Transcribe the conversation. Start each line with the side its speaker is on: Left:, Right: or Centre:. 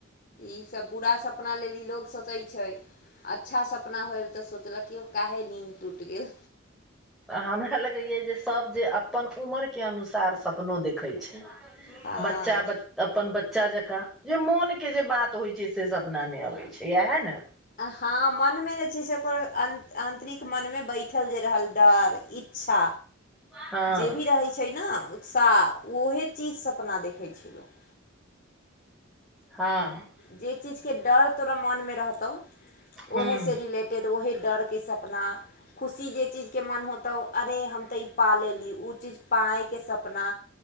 Left: ईसभ पूरा सपना लेल ई लोक सोचै छै अच्छा सपना होइल तऽ सोचलक कि ओ काहे नींन्द टूटि गेल
Centre: तऽ हमरा लगैए जे सभ जे अपन उमरके अनुसार सपनो देखैत छै
Left: हँ
Centre: बच्चा ब अपन बच्चा जकाँ जे मोन के जे बात होइ छै से सपना मे अबै छै। इएह ने
Left: हँ मनमे जे छै से ओकर आन्तरिक मनमे बैठल जे रहल डर इच्छा
Centre: हँ
Left: जे भी रहै छै ने उत्साह ओहे चीजसँ अपना देखै छै लोक
Centre: हँ
Left: जे चीजके डर तोरा मोनमे रहतौ
Centre: हूँ
Left: ओहेसँ रिलेट तेक तऽ ओहे डरके सपना खुशी जे चीजके मोन होतौ अरे हम तऽ ई पा लेली ओ चीज पाायके सपना